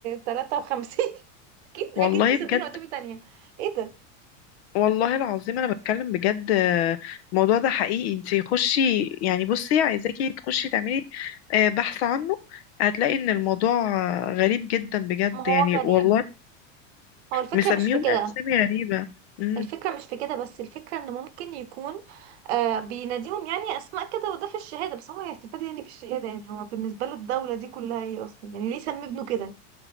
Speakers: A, on the right; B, on the left.
A: 53 <laughs> اكيد
B: والله
A: اكيد مسمينه
B: بجد
A: اسامي تانية ايه ده
B: والله العظيم انا بتكلم بجد آه، الموضوع ده حقيقي انتي خشي يعني بصي عايزاكي تخشي تعملي آه، بحث عنه هتلاقي ان الموضوع آه، غريب جدا بجد
A: ما هو
B: يعني
A: غريب
B: والله
A: هو الفكرة
B: مسميهم
A: مش في كده
B: اسامي غريبة امم
A: الفكرة مش في كده بس الفكرة ان ممكن يكون آه بيناديهم يعني اسماء كده وده في الشهادة بس هو هيستفاد يعني بالشهادة يعني هو بالنسبة له الدولة دي كلها ايه اصلا يعني ليه سمي ابنه كده